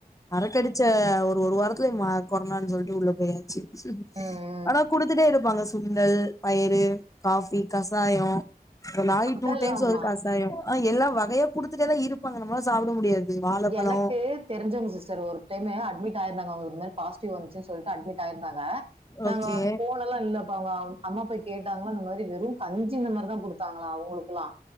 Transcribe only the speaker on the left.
அறக்கடிச்ச ஒ ஓரொரு வாரத்துல ம கொரோனானு சொல்லிட்டு உள்ள போயாச்சு
ஆனா குடுத்துட்டே இருப்பாங்க சுண்டல் பயரு காஃபி கசயோ ஒர் நாளிக்
டூ டைம்ஸ் ஒரு கசாயொ அ எல்லா வகயா குடுத் த்துட்டே தா இருபாங்க நம்லால சாப்புட முடியாது வாழப்பழோ
ஓகே